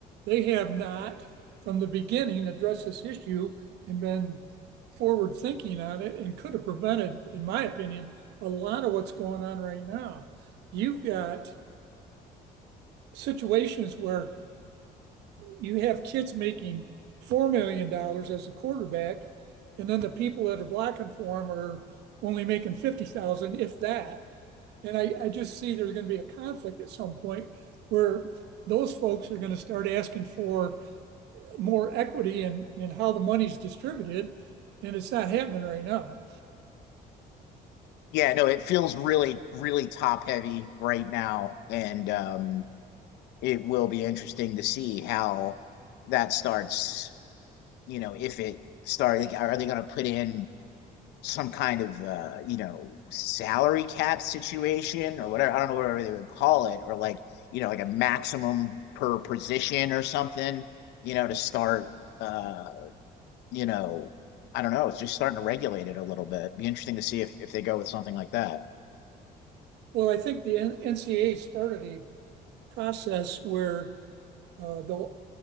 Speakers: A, on the right; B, on the left.
A: They have not, from the beginning, addressed this issue and been forward thinking on it, and could have prevented, in my opinion, a lot of what's going on right now. You've got situations where you have kids making four million dollars as a quarterback, and then the people that are blocking for them are only making fifty thousand, if that. And I, I just see there's going to be a conflict at some point where those folks are going to start asking for more equity in, in how the money's distributed. And it's not happening right now.
B: Yeah, no, it feels really, really top heavy right now. And um, it will be interesting to see how that starts, you know, if it started, are they going to put in some kind of uh, you know salary cap situation or whatever. I don't know whatever they would call it, or like you know like a maximum per position or something. You know to start. Uh, you know, I don't know. It's just starting to regulate it a little bit. It'd Be interesting to see if if they go with something like that.
A: Well, I think the NCAA started a process where uh, the